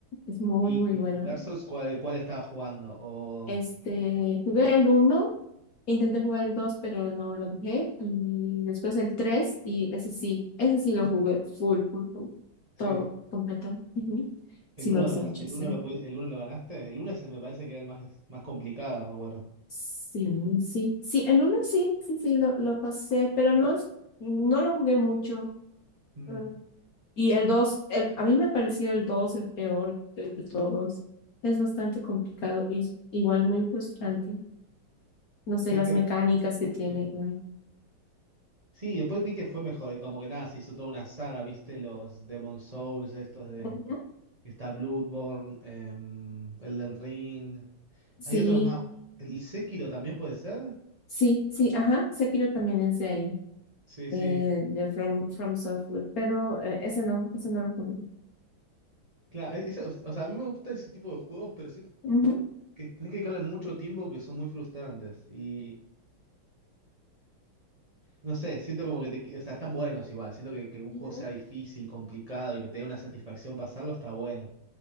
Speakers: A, on the left; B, on the right.
A: Es muy,
B: y,
A: muy bueno.
B: y el Dark Souls cuál, cuál estaba jugando? O...
A: Este, jugué el uno intenté jugar el 2 pero no lo dejé. Y después el 3 y ese sí, ese sí lo jugué full, full, full.
B: Sí.
A: Todo, completo. Ujú.
B: El
A: Sí,
B: uno
A: me gusta
B: lo,
A: mucho
B: el
A: ese.
B: uno lo, pudi- el uno lo ganaste. El 1 se me parece que era el más, más complicado, me acuerdo.
A: Sí, sí. Sí, el uno sí, sí, sí, lo, lo pasé, pero no, es- no lo jugué mucho.
B: Mm.
A: Eh, Y el dos el, a mí me pareció el 2 el peor de, de todos. Es bastante complicado y igual muy frustrante. No sé,
B: Es
A: las
B: que,
A: mecánicas que tiene.
B: sí.
A: eh.
B: Sí, después vi que fue mejor. y Como que nada, se hizo toda una saga, ¿viste? Los Demon Souls, estos de.
A: Ujú.
B: que Está Bloodborne, em, el del Ring.
A: Sí,
B: Hay otros más. ¿El Sekiro también puede ser?
A: Sí, sí, ajá, Sekiro también es de ahí,
B: Sí,
A: eh,
B: sí.
A: de From, From Software, pero eh, ese no, ese no lo jugué.
B: Claro, e- eso- o sea, a mí me gusta ese tipo de juegos, pero siento
A: Ujú,
B: que tenés que dedicarle mucho tiempo que son muy frustrantes. Y No sé, siento como que te, o sea, están buenos igual. Siento que, que un juego
A: Ujú.
B: sea difícil, complicado y que te dé una satisfacción pasarlo está bueno.